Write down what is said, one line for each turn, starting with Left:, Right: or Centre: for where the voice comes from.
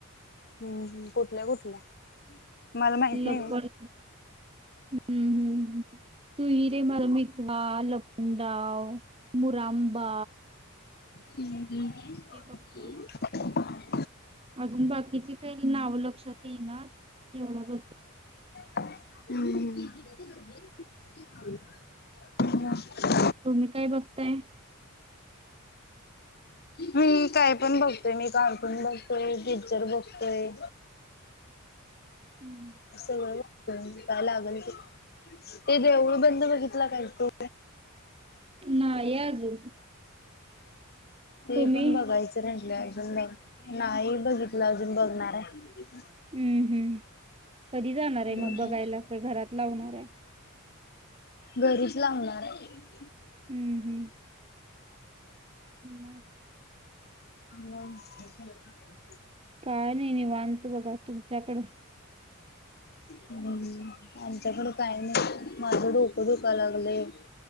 Left: हम्म् कुठल्या कुठल्या? मला माहित
Right: लपन
Left: नाही ओ.
Right: हम्म हम्म तू हिरे मला मितवा लपनडाव. मुरांबा.
Left: हम्म ह
Right: हे बघतोय.
Left: <unintelligible>
Right: अजून बाकीची काही नाव ल रिकामा ऑडिओ तेना, एवढा बघत
Left: हं हं. रिकामा ऑडिओ <unintelligible>
Right: तुम्ही काय बघताय?
Left: हम् काय पण बघतोय मी कार्टून बघतोय पिक्चर बघतोय.
Right: हम्म
Left: सगळ बगतंय. कां लागलं? ते देऊळ. बंद बघितला काय तो?
Right: नाही अजून.
Left: ते
Right: तुम्ही?
Left: पण बघायचं हाय. अजून नाही बघितलं अजून बघणार हाय.
Right: हम्म हम्म. कधी जाणार हाय
Left: हम्म
Right: मग बघायला
Left: हम्म.
Right: का घरात लावणार हाय.
Left: घरीच लावणार हाय.
Right: हम्म हम्म. <inaudible>
Left: <unintelligible>
Right: काय नाही निवांनत बघा तुमच्याकड
Left: हम् आच्याकडे काय नही माझं डोकं दुखाय लागलं.